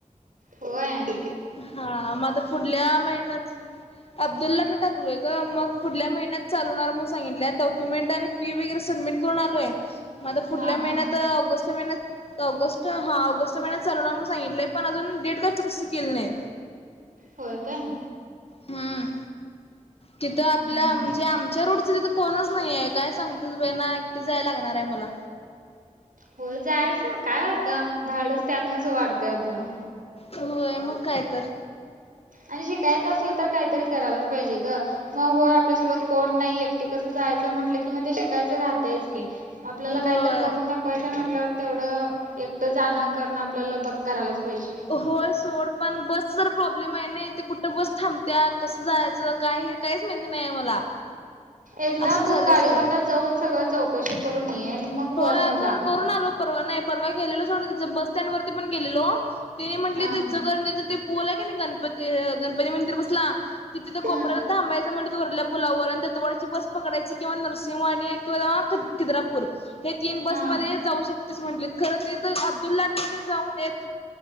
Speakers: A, on the right; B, on the left.
A: व्हयं.
B: हा,.. मग आता पुुढल्या महिन्यात अब्दुल्लाटला टाकलोय गं मग पुढल्या महिन्यात चालू होणार म्हणून सांगितल्यात डॉक्युमेंट आणि फी वगैरे सबमिट करून आलोय, मग आता पुुढल्या
A: हा हा
B: महिन्यात ऑगस्ट महिन्यात त ऑगस्ट हां ऑगस्ट महिन्यात चालू होणार म्हणून सांगितलंय, पण अजून डेट काय फिक्स केली नाही.
A: होय, काय.
B: हं.. तिथं
A: हम्म
B: आपल्यि म्हणजे आम च्या रूटचं तिथं कोणच नाहीये, काय सांगतीस बाई ना एकटीच जायला लागणार आहे मला.
A: होय जायाचं, काय आता धाडस त्यातनंच वाढतंय आपलं.
B: होय, मग काय तर.
A: आणि शिकायचं असलं तर, काहीतरी करायलाच पाहिजे ग, मग होय आपल्यासोबत कोण नाही. एकटी कसं जायचं म्हटलं की, मग ते शिकायचं रहातायच की, आपल्याला
B: होय.
A: काय तर करून दाखवाय च म्हटल्यावर, तेवढं एकटं जाणं करणं आपल्याला बघ करायलाच पाहिजे.
B: होय! सोड पण बस ज प्रॉब्लेम आहे ना, ते कुठं बस थांबत्या, कसं जायचं काय हे? काहीच माहिती नाही मला!
A: एकदा
B: असं
A: तू
B: झालंय
A: गाडीवरन
B: सगळं.
A: जाऊन सगळं चौकशी करून ये आणि मग बसन
B: होयं अगं!
A: जा मग.
B: करून‌ आलो परवा नाही. परवा गेलेलो सोड ते बस स्टॅन्डवरती पण गेलेलो, ते म्हटलं
A: हा
B: इचलकरंजी पूल आहे की नाही, गणपती, गणपती मंदिर पसला तिथे
A: हा
B: कोपऱ्याला थांबायच म्हणल्या वरल्या पुलावर आणि दत्तवाड्याची बस पकडयची किंवा नर्सिंहवाडी किंवा खिद्रापुर हे तीन बसमध्ये
A: हा
B: जाऊ शकतेस म्हटली, खरं ते तर अब्दुललाट मध्ये जाऊन येत